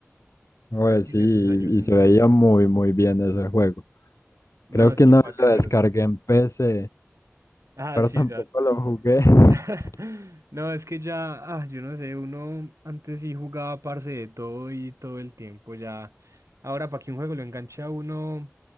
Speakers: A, on the left; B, on the right.
A: Pues
B: Ya tiene
A: sí, y,
B: sus años encima.
A: y se veía muy, muy bien ese juego. Creo
B: No, sí,
A: que una
B: pa'
A: vez
B: qué,
A: lo
B: pero
A: descargué
B: sí.
A: en PC,
B: Ah,
A: pero
B: sí,
A: <laughs> tampoco
B: ya.
A: lo jugué. <laughs>
B: <laughs> No, es que ya, ah, yo no sé, uno antes sí jugaba parce de todo y todo el tiempo ya. Ahora, para que un juego lo enganche a uno,